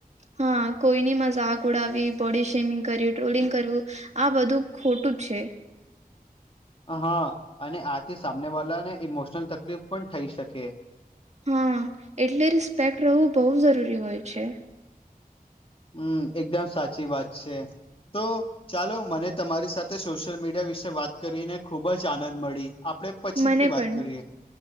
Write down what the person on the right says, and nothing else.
હા કોઈની મજાક ઉડાવી બોડી શેમિંગ કરવી ટ્રોલિંગ કરવું આ બધું ખોટું છે
હા એટલે રિસ્પેક્ટ રહેવું બહુ જરૂરી હોય છે
મને
પણ